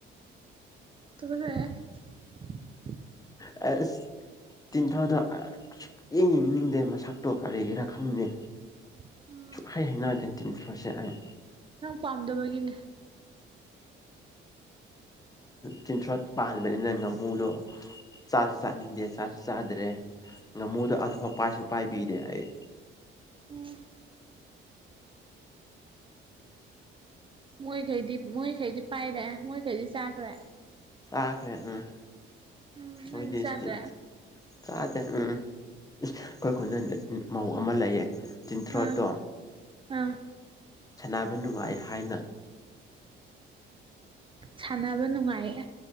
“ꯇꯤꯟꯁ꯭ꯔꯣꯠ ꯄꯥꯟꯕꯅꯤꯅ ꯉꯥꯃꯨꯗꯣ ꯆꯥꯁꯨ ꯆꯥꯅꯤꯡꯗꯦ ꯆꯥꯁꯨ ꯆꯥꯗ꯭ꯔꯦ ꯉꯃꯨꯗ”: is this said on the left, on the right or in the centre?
Left